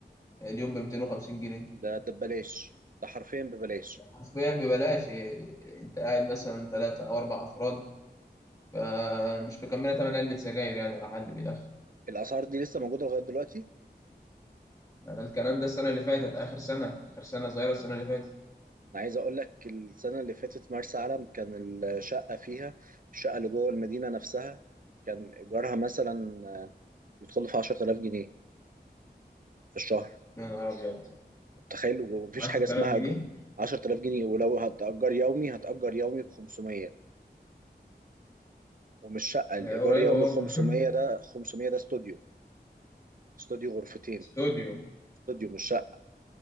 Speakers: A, on the left (about 20°); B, on the right (about 55°).
A: آه، اليوم ب 250 جنيه
B: ده ده ببلاش ده حرفيا ببلاش
A: حرفيا ببلاش إيه، انت قاعد مثلا ثلاثة او اربع افراد فمش مكمله تمن علبة سجاير يعني لو حد بيدخن
B: الاسعار دي لسه موجوده لغايه دلوقتي
A: انا الكلام ده السنة اللي فاتت اخر سنة اخر سنة صغيرة السنة اللي فاتت
B: انا عايز اقول لك السنه اللي فاتت مرسى علم كان الشقه فيها الشقه اللي جوه المدينه نفسها كان ايجارها مثلا آه، يدخل في 10000 جنيه في الشهر
A: يا نهار ابيض
B: تخيل ومفيش
A: 10000
B: حاجة اسمها
A: جنيه
B: ج- 10000 جنيه ولو هتأجر يومي هتأجر يومي ب 500 ومش شقة الإيجار
A: هي قريبة
B: يومي
A: برضه
B: 500
A: <laughs>
B: ده 500 ده استوديو استوديو غرفتين
A: استوديو
B: استوديو مش شقة